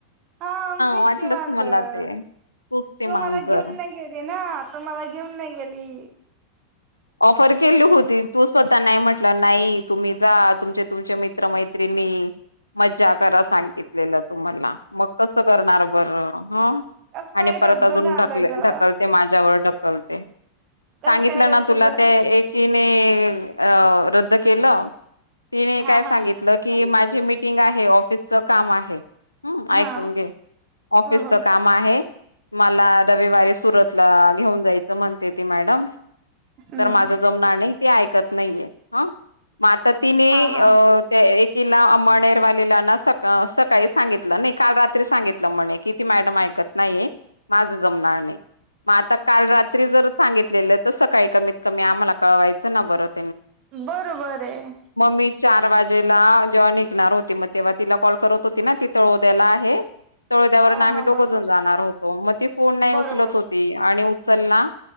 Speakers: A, on the right; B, on the left.
A: हा मिस्ते
B: वाटलंच
A: मांजर
B: मला ते तूच
A: तू
B: ते मांजर
A: मला घेऊन नाही गेली ना तु मला घेऊन नाही गेली
B: ऑफर केली होती तू स्वतः नाही म्हटलं नाही तुम्ही जा तुमचे तुमचे मित्रमैत्रिणी मज्जा करा सांगितलेलं तुम्हाला मग कसं करणार बर हो
A: कस काय
B: आणि परत
A: रद्द
B: अजून
A: झालं
B: ढकल
A: ग
B: ढकलते माझ्यावर ढकलते
A: कस
B: सांगितलं
A: काय रद्द
B: ना तुला
A: झालं
B: त्या एकीने अ रद्द केलं तिने
A: हा
B: काय
A: हा
B: सांगितलं
A: काय सांगितलं
B: की माझी मीटिंग आहे ऑफिसच काम आहे. हम्म ऐकून
A: हा
B: घे ऑफिसच
A: हो हो
B: काम आहे मला रविवारी सुरतला घेऊन जायचं म्हणते ती मॅडम
A: हम्म
B: तर माझं जमनार नाही ते ऐकत नाहीये ह म आता तीने
A: हा हा
B: त्या एक तिला मनेरवालेलाना सका सकाळी सांगितलं नाही काल रात्री सांगितलं म्हणे कि ती मॅडम ऐक शकत नाही माझ जमणार नाही. मग आता काल रात्री जर सांगितलेलं तर सकाळी कमीत कमी आम्हाला कळवायचं ना परत
A: बरोबर आहे.
B: मी चार वाजेला जेव्हा निघणार होती मग तेव्हा तिला कॉल करत होती ना ति तळोद्याला आहे तळोदयावरून
A: हा
B: आम्ही
A: हा
B: दोघं
A: बरोबर
B: जण जाणार होतो मग ती फोन नाही
A: बरोबर
B: उचलत होती आणि चल्ला